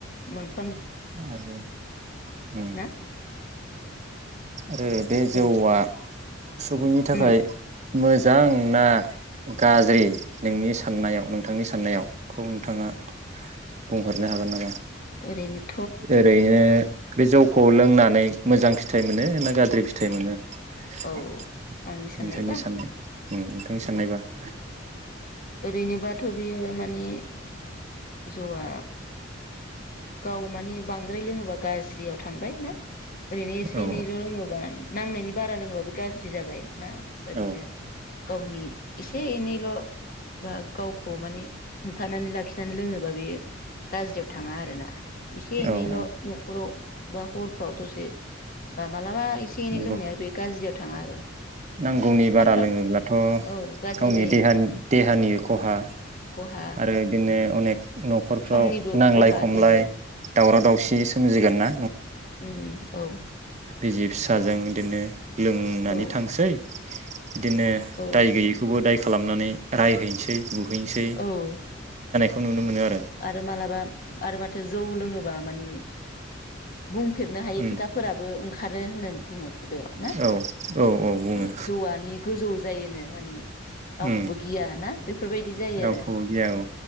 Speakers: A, on the left; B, on the right.
A: मोन
B: आरो ओम
A: ना
B: आरो बे जौआ
A: ओरै
B: सुबुंनि थाखाय
A: उम
B: मोजां ना गाज्रि नोंनि साननायाव नोंथांनि साननायाव खौ नोंथाङा बुंहरनो हागोन नामा
A: ओरैनो
B: ओरैनो बे जौखौ लोंनानै मोजां फिथाइ मोनो ना गाज्रि <unintelligible> फिथाइ मोनो
A: औ
B: <inaudible>
A: आंनि साननायबा
B: नोंथांनि साननाय ओम नोंथांनि साननायबा <inaudible> <inaudible>
A: ओरैनोबाथ' बियो माने जौआ गाव माने बांद्राय लोङोबा गाज्रि <unintelligible> थांबाय ना ओरैनो एसे
B: औ
A: एनैल' लोङोबा नांनायनि बारा लोंङोबा बे गाज्रि जाबाय ना ओरैनो
B: औ
A: गावनि एसे एनै <unintelligible> बा गावखौ माने हमथानानै लाखिनानै लोङोबा बेयो गाज्रियाव थाङा आरोना एसे एनैल'
B: औ औ
A: न'खराव बा हरफ्राव दसे बा मालाबा एसे एनै
B: नंगौ
A: लोंनाया बे गाज्रियाव थाङा आरो ओम
B: नांगौनि बारा
A: सामफ्राम
B: लोङोब्लाथ'
A: औ गाज्रि
B: गावनि
A: जायो
B: देहानि
A: आरो बे
B: देहानि खहा
A: खहा
B: आरो बिदिनो
A: उम
B: अनेक न न'खरफ्राव
A: समनिबो
B: नांलाय
A: खहा
B: खमलाय
A: जायो
B: दावराव दावसि सोमजि जिगोनना
A: ओम औ
B: बिजि फिसाजों बिदिनो लोंनानै
A: औ
B: थांसै बिदिनो
A: औ
B: दाय गैयैखौबो दाय खालामनानै रायहैनोसै बुहैनोसै
A: औ
B: <unintelligible>
A: आरो मालाबा आरो माथो जौ लोङोबा माने बुंफेरनो हायि
B: उम
A: खोथाफोराबो ओंखार खारो होनना बुङो खुगायाव ना
B: औ औ बुङो
A: औ जौवानि गोजौ जायोनो मानि रावखौबो
B: उम
A: गिया ना बेफोरबायदि जायो
B: रावखौबो
A: आरो
B: गिया औ